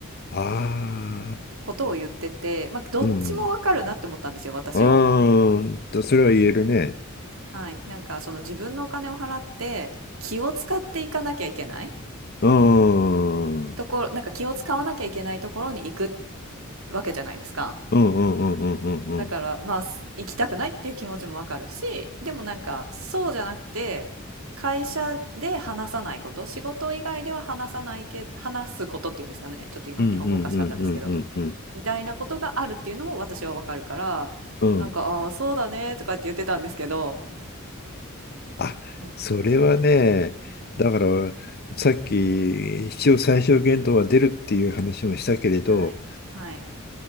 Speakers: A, on the left (about 50°); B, on the right (about 75°).
A: ああ、
B: ことを言ってて、まあ、どっちもわかるなって思ったんですよ、
A: うん。
B: 私は。
A: うーんと、それは言えるね。
B: はい。なんかその自分のお金を払って気を使っていかなきゃいけない
A: うーん。うん
B: ところ、なんか気を使わなきゃいけないところに行くわけじゃないですか。
A: うんうんうんうんうん。
B: だから、まあ、す行きたくないっていう気持ちもわかるし、でもなんか、そうじゃなくて、会社で話さないこと、仕事以外では話さないけ、話すことっていうんですかね。ちょっと今、
A: うんうんうんうんうんうんうん。
B: 日本語おかしかったですけど、みたいなことがあるっていうのも私はわかるから、
A: うんうんうんうんうんうん
B: なんか、ああ、そうだね、とかって言ってたんですけど、
A: あ、
B: なんか、
A: それはね、
B: うん、
A: だから、さっき、必要最小限度は出るっていう話もしたけれど、
B: はい、はい、